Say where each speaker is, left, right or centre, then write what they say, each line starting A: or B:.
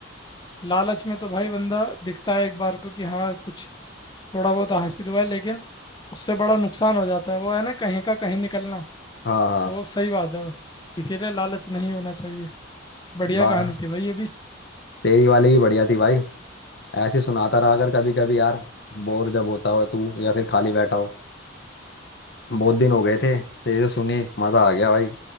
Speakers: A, on the left; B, on the left.
A: लालच में तो भाई बंदा दिखता है एक बार को कि हाँ कुछ थोड़ा बहुत हासिल हुआ है लेकिन उससे बड़ा नुकसान हो जाता है वो है ना कहीं का कहीं निकलना
B: हाँ हाँ
A: तो सही बात है वो। इसीलिए लालच नहीं होना चाहिए बढ़िया
B: बा
A: कहानी थी भाई ये भी
B: तेरी वाली भी बढ़िया थी भाई ऐसे सुनाता रहा अगर कभी कभी यार बोर जब होता हो तू या फिर खाली बैठा हो बहुत दिन हो गए थे तेरी तो सुनी मजा आ गया भाई